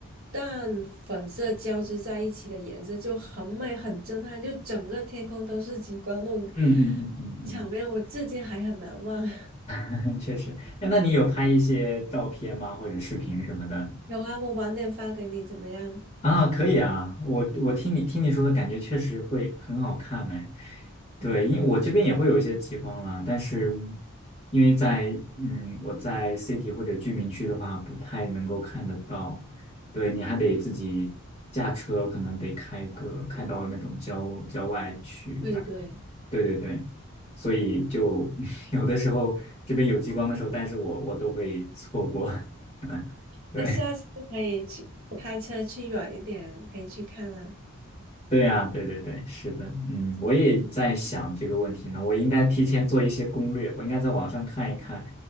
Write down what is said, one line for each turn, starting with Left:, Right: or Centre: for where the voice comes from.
Right: 淡粉色交织在一起的颜色，就很美很震撼，就整个天空都是极光那种
Left: 嗯嗯嗯嗯
Right: 场面，我至今还很难忘。
Left: 嗯，<laughs> 确实。哎，那你有拍一些照片吗？或者视频什么的？
Right: 有啊，我晚点发给你，怎么样？
Left: 啊，可以啊，我我听你听你说的感觉确实会很好看哎，对，
Right: 嗯，
Left: 因为我这边也会有一些极光啦，但是因为在嗯我在 city 或者居民区的话，不太能够看得到，对，你还得自己驾车，可能得开个开到那种郊郊外去，
Right: 对对，
Left: 大概，对对对，所以就 <laughs> 有的时候这边有极光的时候，但是我我都会错过，<laughs> 对，
Right: 那下次可以去开车去远一点，可以去看啊。
Left: 对呀，对对对，是的，嗯，我也在想这个问题呢。我应该提前做一些攻略，我应该在网上看一看，